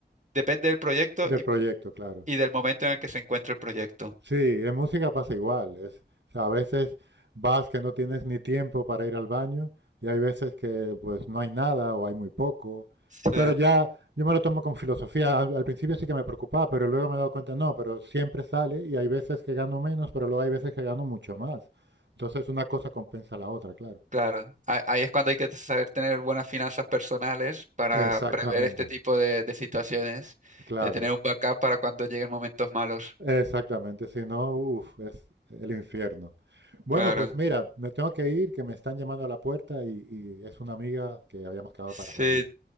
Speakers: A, on the right; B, on the right.
A: depende del proyecto
B: Del
A: y,
B: proyecto, claro.
A: y del momento en el que se encuentra el proyecto.
B: Sí, en música pasa igual. Es, o sea, a veces vas que no tienes ni tiempo para ir al baño y hay veces que pues no hay nada o hay muy poco.
A: Sí.
B: Pero ya yo me lo tomo con filosofía. Al, al principio sí que me preocupaba, pero luego me he dado cuenta, no, pero siempre sale y hay veces que gano menos, pero luego hay veces que gano mucho más. Entonces una cosa compensa la otra, claro.
A: Claro, a- ahí es cuando hay que saber tener buenas finanzas personales para
B: Exactamente,
A: prever este tipo de, de situaciones,
B: claro.
A: de tener un backup para cuando lleguen momentos malos.
B: Exactamente, si no, uff, es el infierno. Bueno,
A: Claro.
B: pues mira, me tengo que ir, que me están llamando a la puerta y, y es una amiga que habíamos quedado
A: Sí,
B: para salir.